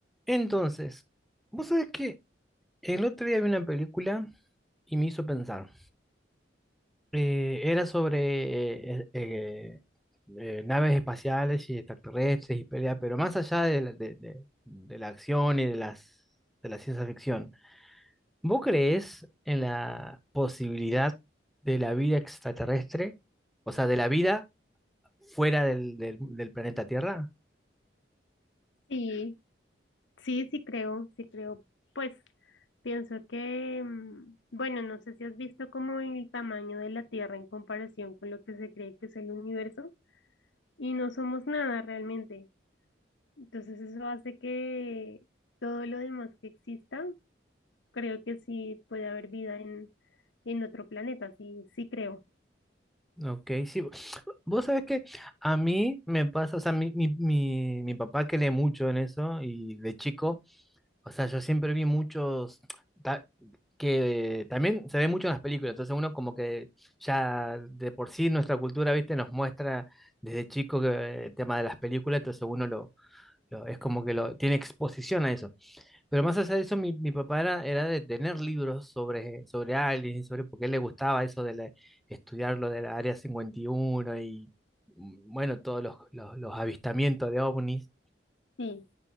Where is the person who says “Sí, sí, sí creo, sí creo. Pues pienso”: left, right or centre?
Left